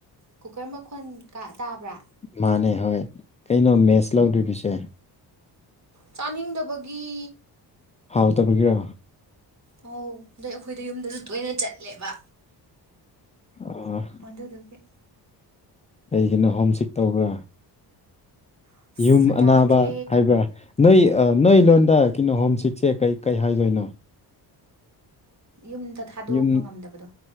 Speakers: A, on the right (about 40°); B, on the left (about 15°).
A: ꯀꯨꯀꯔ ꯃꯈꯣꯟ ꯀꯥ ꯇꯥꯕ꯭ꯔꯥ
B: ꯃꯥꯅꯦ ꯍꯣꯏ ꯀꯩꯅꯣ ꯃꯦꯁ ꯂꯧꯗꯨꯔꯤꯁꯦ
A: ꯆꯥꯅꯤꯡꯗꯕꯒꯤ
B: ꯍꯥꯎꯇꯕꯒꯤꯔꯣ
A: ꯑꯧ ꯑꯗꯩ ꯑꯈꯣꯏꯗ ꯌꯨꯝꯗꯖꯨ ꯇꯣꯏꯅ ꯆꯠꯂꯦꯕ
B: ꯑꯣ
A: ꯗꯨꯗꯨꯒꯤ
B: ꯀꯩꯒꯤꯅꯣ ꯍꯣꯝ ꯁꯤꯛ ꯇꯧꯕ꯭ꯔꯥ
A: ꯑꯁ
B: ꯌꯨꯝ ꯑꯅꯥꯕ
A: ꯌꯥꯗ꯭ꯔꯦ
B: ꯍꯥꯏꯕꯔꯥ ꯅꯣꯏ ꯑꯥ ꯅꯣꯏ ꯂꯣꯟꯗ ꯀꯩꯅꯣ ꯍꯣꯝ ꯁꯤꯛꯁꯦ ꯀꯩ ꯀꯩ ꯍꯥꯏꯗꯣꯏꯅꯣ
A: ꯌꯨꯝꯗ ꯊꯥꯗꯣꯛꯄ
B: ꯌꯨꯝ
A: ꯉꯝꯗꯕꯗꯣ